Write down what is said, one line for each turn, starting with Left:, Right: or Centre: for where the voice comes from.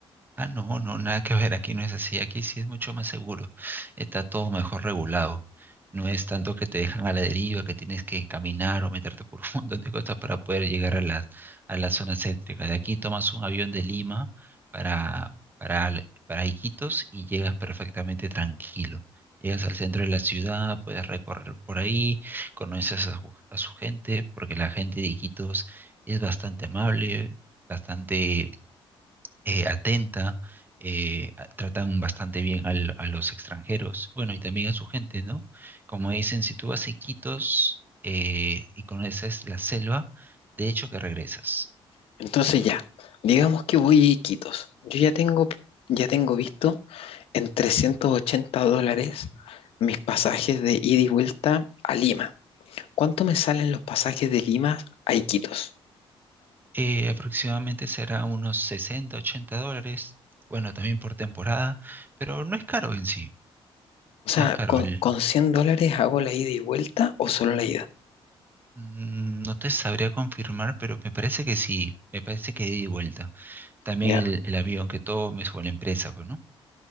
Right: Ah, no, no, nada que ver, aquí no es así, aquí sí es mucho más seguro, está todo mejor regulado, no es tanto que te dejan a la deriva, que tienes que caminar o meterte por un <laughs> montón de cosas para poder llegar a las, a la zona céntrica. De aquí tomas un avión de Lima para, para, Al- para Iquitos y llegas perfectamente tranquilo. Llegas al centro de la ciudad, puedes recorrer por ahí, conoces a su, a su gente, porque la gente de Iquitos es bastante amable, bastante eh, atenta, eh, a- tratan bastante bien al- a los extranjeros, bueno, y también a su gente, ¿no? Como dicen, si tú vas a Iquitos eh, y conoces la selva, de hecho que regresas.
Left: <laughs> Entonces ya, digamos que voy a Iquitos. Yo ya tengo, ya tengo visto en 380 dólares mis pasajes de ida y vuelta a Lima. ¿Cuánto me salen los pasajes de Lima a Iquitos?
Right: Eh, aproximadamente será unos 60, 80 dólares, bueno, también por temporada, pero no es caro en sí,
Left: O sea,
Right: no es caro.
Left: ¿con,
Right: El,
Left: con 100 dólares hago la ida y vuelta o solo la ida?
Right: mm, no te sabría confirmar, pero me parece que sí, me parece que de ida y vuelta. También
Left: Ya,
Right: el, el avión que tomes o la empresa, pues, ¿no?